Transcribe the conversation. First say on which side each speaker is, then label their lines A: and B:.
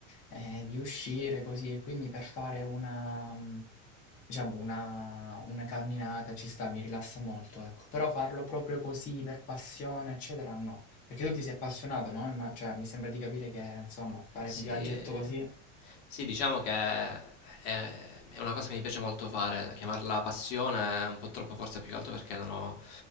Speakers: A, on the left; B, on the left.
A: eh, di uscire così e quindi per fare una, mh, diciamo, una, una camminata ci sta, mi rilassa molto, ecco. Però farlo proprio così per passione, eccetera, no. Perché tu ti sei appassionato, no? Imma- cioè, mi sembra di capire che, insomma, fare
B: Sì,
A: un viaggetto
B: eh,
A: così...
B: Sì, diciamo che è, è una cosa che mi piace molto fare, chiamarla passione è un po' troppo forse più che altro perché non ho,